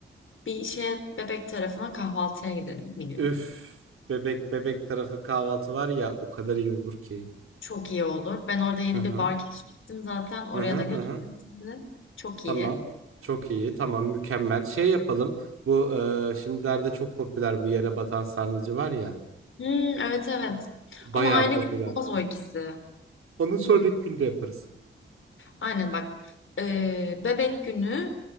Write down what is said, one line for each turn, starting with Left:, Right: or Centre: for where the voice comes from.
Left: bir şey Bebek tarafına kahvaltıya gidelim bir gün.
Right: Üf. Bebek bebek tarafı kahvaltı var ya o kadar iyi olur ki.
Left: Çok iyi olur. Ben orada yeni
Right: Aha,
Left: bir bar keşfettim zaten. Oraya
Right: aha,
Left: da götürürüm
Right: aha.
Left: sizi. Çok
Right: Tamam.
Left: iyi.
Right: Çok iyi. Tamam mükemmel. Şey yapalım. Bu e, şimdilerde çok popüler bu yere batan sarnıcı var ya.
Left: Hmm, evet evet.
Right: Bayağı
Left: Ama aynı
Right: popüler.
Left: gün olmaz o ikisi.
Right: Onu sonraki günde yaparız.
Left: Aynen bak. Ee, Bebek günü